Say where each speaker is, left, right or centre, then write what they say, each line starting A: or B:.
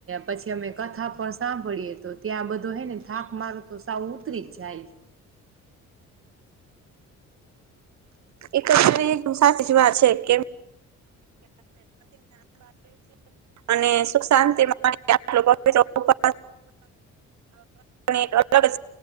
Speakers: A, on the right; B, on the right.
A: પછી અમે કથા પણ સાંભળીએ - -તો ત્યાં બધો હે ને થાક માર તો સાવત જાય.
B: એક સાચી જ વાત છે કે- - અને સુખ શાંતિ આટિત્ર- - હા.
A: <inaudible>
B: એક અલગ